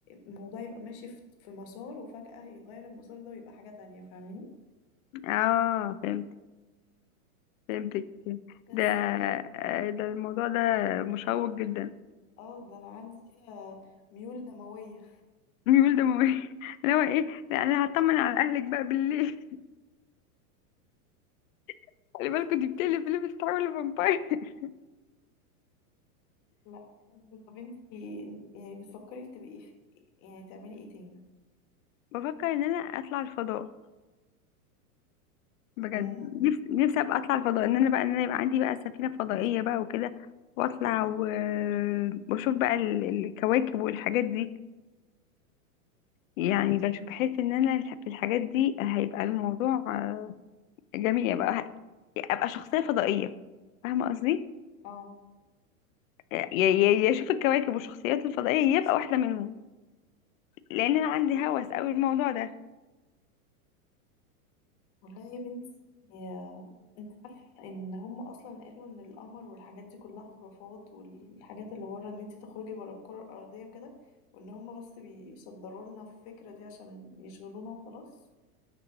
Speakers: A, on the left; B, on the left.
A: الموضوع يبقى ماشي في في مسار وفجأة يتغير المسار ده ويبقى حاجة تانية فاهماني
B: <laughs> اه فهمت فهمتك
A: بس
B: ده آه، ده الموضوع ده مشوق جدا
A: اه ده انا عندي كده ميول دموية
B: ميول دموي <laughs> اللي هو ايه لا انا هطمن على اهلك بقى بالليل <laughs> خلي بالكوا دي بتقلب اللي بتتحول لفامباير <laughs>
A: لا بجد. طب انتي يعني بتفكري تبقي في يعني تعملي ايه تاني
B: بفكر ان انا اطلع الفضاء بجد
A: امم
B: نفسي نفسي ابقى اطلع الفضاء ان انا بقى ان انا يبقى عندي بقى سفينه فضائيه بقى وكده واطلع و... واشوف بقى ال- الكواكب والحاجات دي يعني بشوف بحس ان انا الح- في الحاجات دي هيبقى الموضوع آه، جميل يبقى ابقى شخصيه فضائيه فاهمه قصدي
A: اه
B: يا يا- يا اشوف الكواكب والشخصيات الفضائيه يبقى واحده منهم لان انا عندي هوس قوي الموضوع ده
A: والله يا بنتي يا... انت عارفة ان هم اصلا قالوا ان القمر والحاجات دي كلها خرافات والحاجات اللي بره ان انت تخرجي بره الكرة الارضية وكده وان هم بس بيصدروا لنا الفكرة دي عشان يشغلونا وخلاص